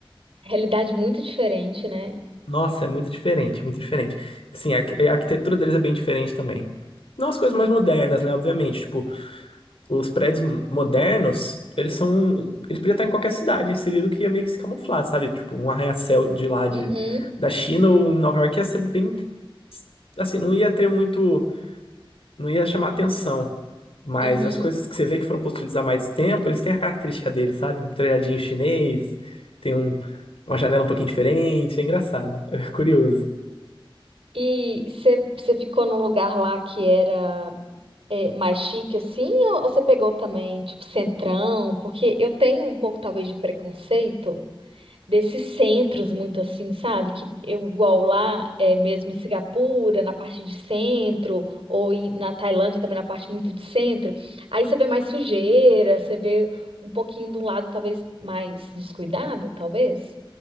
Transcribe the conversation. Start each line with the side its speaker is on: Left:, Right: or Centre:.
Right: Realidade muito diferente, né?
Left: Nossa, é muito diferente, muito diferente. Assim, a, arqu- a arquitetura deles é bem diferente também. Não as coisas mais modernas, né? Obviamente, tipo, os prédios m- modernos, eles são. Ele podia estar em qualquer cidade inserido que ia meio que se camuflar, sabe? Tipo, um arranha-céu de lá de,
Right: Uhum,
Left: da China ou em Nova York ia ser bem. Assim, não ia ter muito. Não ia chamar atenção. Mas
Right: uhum.
Left: as coisas que você vê que foram construídas há mais tempo, eles têm a característica deles, sabe? Um telhadinho chinês, tem um, uma janela um pouquinho diferente, é engraçado, <laughs> é curioso.
Right: E você você ficou num lugar lá que era é, mais chique, assim, ou ou você pegou também, tipo, centrão? Porque eu tenho um pouco, talvez, de preconceito. desses centros muito assim, sabe? Que eu igual lá, é, mesmo em Singapura, na parte de centro, ou em- na Tailândia também na parte muito de centro, aí você vê mais sujeira, você vê um pouquinho de um lado talvez mais descuidado, talvez.